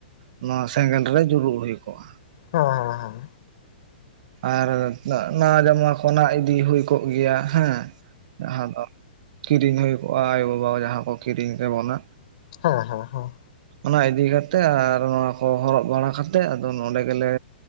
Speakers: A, on the right; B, on the left.
A: ᱚᱱᱟ ᱥᱮᱸᱜᱮᱞ ᱨᱮ ᱡᱩᱨᱩᱜ ᱦᱩᱭ ᱠᱚᱜ-ᱟ᱾
B: ᱦᱮᱸ ᱦᱮᱸ ᱦᱮᱸ᱾
A: ᱟᱨ ᱱᱟᱣᱟ ᱡᱟᱢᱟ ᱠᱚ ᱱᱦᱟᱜ ᱤᱫᱤ ᱦᱩᱭ ᱠᱚᱜ ᱜᱮᱭᱟ᱾ ᱦᱮᱸ ᱡᱟᱦᱟᱸ ᱫᱚ ᱠᱤᱨᱤᱧ ᱦᱩᱭᱩᱜᱚᱼᱟ ᱟᱭᱳ ᱵᱟᱵᱟ ᱡᱟᱦᱟᱸ ᱠᱚ ᱠᱤᱨᱤᱧ ᱠᱮᱵᱚᱱᱟ᱾
B: ᱦᱮᱸ ᱦᱮᱸ ᱦᱮᱸ᱾
A: ᱚᱱᱟ ᱤᱫᱤ ᱠᱟᱛᱮᱜ ᱟᱨ ᱱᱚᱣᱟ ᱠᱚ ᱦᱚᱨᱚᱜ ᱵᱟᱲᱟ ᱠᱟᱛᱮᱜ ᱟᱫᱚ ᱱᱚᱸᱰᱮ ᱜᱮᱞᱮ